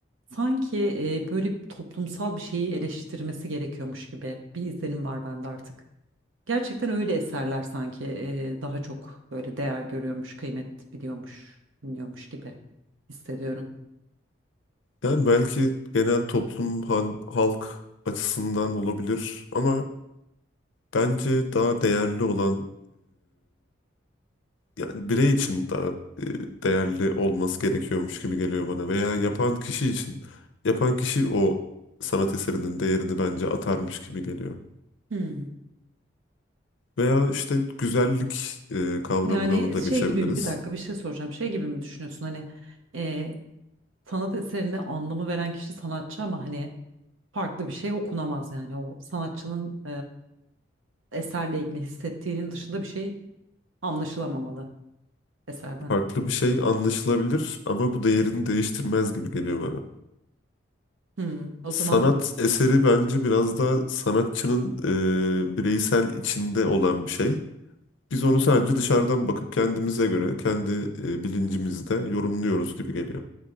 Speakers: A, on the right; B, on the left.
A: sanki eee, böyle toplumsal bir şeyi eleştirmesi gerekiyormuş gibi bir izlenim var bende artık. Gerçekten öyle eserler sanki e, daha çok böyle değer görüyormuş, kıymet biliyormuş, biliyormuş gibi hissediyorum.
B: Yani belki genel toplum hal- halk açısından olabilir ama bence daha değerli olan yani birey için daha e, değerli olması gerekiyormuş gibi geliyor bana veya yapan kişi için yapan kişi o sanat eserinin değerini bence atarmış gibi geliyor.
A: Hmm.
B: Veya işte güzellik e, kavramına
A: Yani
B: burada
A: şey
B: geçebiliriz.
A: gibi mi- bir dakika bir şey soracağım. Şey gibi mi düşünüyorsun hani e, sanat eserine anlamı veren kişi sanatçı ama hani farklı bir şey okunamaz yani o sanatçının e, eserle ilgili hissettiğinin dışında bir şey anlaşılamamalı eserden.
B: Farklı bir şey anlaşılabilir ama bu değerini değiştirmez gibi geliyor bana.
A: Hmm. O
B: Sanat
A: zaman
B: eseri bence biraz daha sanatçının e, bireysel içinde olan bir şey. Biz onu sadece dışarıdan bakıp kendimize göre, kendi e, bilincimizde yorumluyoruz gibi geliyor.